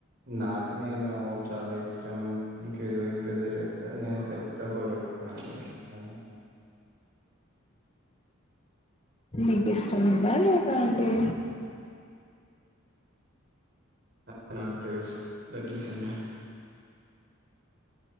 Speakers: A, on the right; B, on the left.
A: నాకు నేను చాలా ఇష్టం ఇంకేదో ఇంకేదో చెప్ గద నేను సెల్ఫ్ డబ్బు కొట్టుకోను కదా
B: నీకు ఇష్టం ఉందా లేదా అండి
A: అ నాకు తెలుసు that is M. A <inaudible>